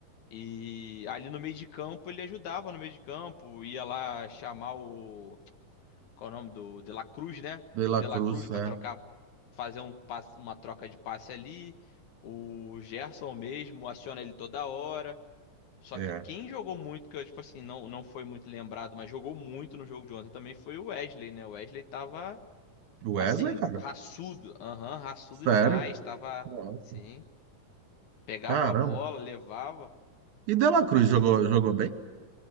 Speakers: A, on the left; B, on the right.
A: E ali no meio de campo ele ajudava no meio de campo, ia lá chamar o qual é o nome do De La Cruz, né?
B: De La
A: O De
B: Cruz,
A: La Cruz para
B: é,
A: trocar fazer um passe- uma troca de passe ali. O Gerson mesmo aciona ele toda hora. Só
B: é.
A: que quem jogou muito, que eu, tipo assim, não, não foi muito lembrado, mas jogou muito no jogo de ontem também foi o Wesley, né? O Wesley tava,
B: Wesley,
A: assim,
B: cara.
A: raçudo. Aham, raçudo
B: Sério?
A: demais. Tava,
B: Nossa.
A: sim. Pegava
B: Caramba.
A: a bola, levava.
B: E De La Cruz
A: Assim,
B: jogou, jogou bem?